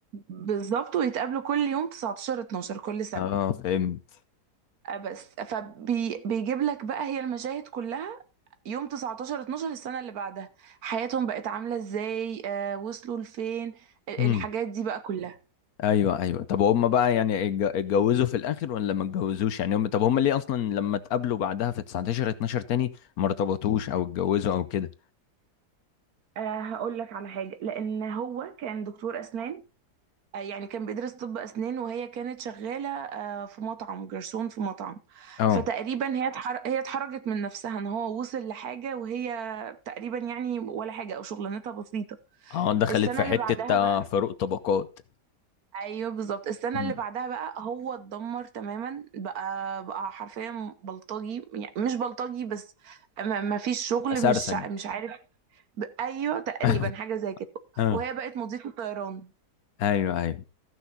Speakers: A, on the right; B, on the left.
A: فبالظبط ويتقابلوا كل يوم 19 12 كل سنه
B: اه فهمت
A: آه، بس فبيجيب لك بقى هي المشاهد كلها يوم 19 12 السنة اللي بعدها حياتهم بقت عاملة ازاي آه، وصلوا لفين ال-
B: امم
A: الحاجات دي بقى كلها
B: ايوه ايوه طب هم بقى يعني اتج- اتجوزوا في الاخر ولا ما اتجوزوش يعني هم طب هم ليه اصلا لما اتقابلوا بعدها في 19 12 تاني ما ارتبطوش او اتجوزوا او كده
A: أه هقول لك على حاجة لأن هو كان دكتور أسنان آه، يعني كان بيدرس طب أسنان وهي كانت شغالة آه، في مطعم جرسون في مطعم
B: اه
A: فتقريبا هي اتحر... هي اتحرجت من نفسها ان هو وصل لحاجة وهي تقريبا يعني ولا حاجة او شغلانتها بسيطة
B: اه دخلت
A: السنة
B: في
A: اللي
B: حتة
A: بعدها
B: آه،
A: بقى
B: فاروق طبقات
A: ايوه بالظبط السنه
B: مم.
A: اللي بعدها بقى هو اتدمر تماما بقى بقى حرفيا بلطجي يعني مش بلطجي بس ما ما فيش شغل
B: سرسج
A: مش ع- مش عارف ب- ايوه تقريبا
B: <laughs>
A: حاجه زي كده
B: اه
A: وهي بقت مضيفه طيران
B: ايوه ايوه